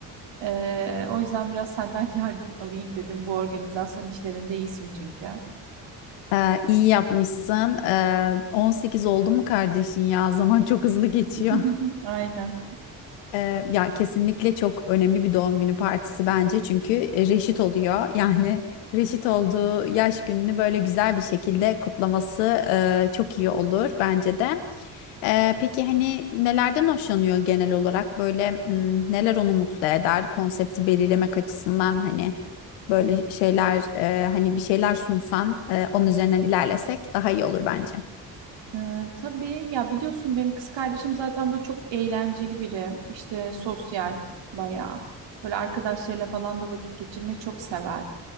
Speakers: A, on the right (about 70°); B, on the left (about 90°).
A: E, o yüzden biraz senden <laughs> yardım alayım dedim. Bu organizasyon işlerinde iyisin çünkü.
B: Ee, iyi yapmışsın. Ee, 18 oldu mu kardeşin ya? <laughs> Zaman çok hızlı geçiyor.
A: <laughs> Aynen.
B: Ee, ya kesinlikle çok önemli bir doğum günü partisi bence. Çünkü e, reşit oluyor. <laughs> Yani reşit olduğu yaş gününü böyle güzel bir şekilde kutlaması e, çok iyi olur bence de. Ee, peki hani nelerden hoşlanıyor genel olarak böyle m, neler onu mutlu eder konsepti belirlemek açısından hani böyle şeyler e, hani bir şeyler sunsan e, onun üzerinden ilerlesek daha iyi olur bence.
A: Ee, tabii ya biliyorsun benim kız kardeşim zaten böyle çok eğlenceli biri. İşte sosyal bayağı. Böyle arkadaşlarıyla falan da vakit geçirmeyi çok sever.